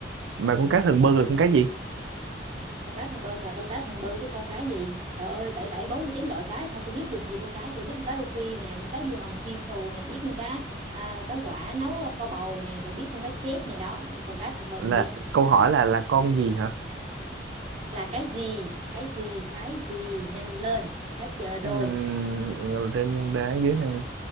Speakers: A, on the right; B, on the right.
A: mà con
B: ừ.
A: cá thần bơn là con cá gì
B: con cá thần bơn là con cá thần bơn chứ con cá gì trời ơi bảy bảy bốn mươi chín loại cá sao tôi biết được gì con cá chưa biết con cá rô phi nè biết cá du hồng chiên xù nè biết con cá à, cá quả nấu à, kho bầu nè rồi biết con cá chép này đó con cá thần bơn
A: là
B: không biết
A: câu hỏi là là con gì hả
B: là cái gì cái gì cái gì nhanh lên hết giờ rồi
A: Ừm, trên hang đá dưới hang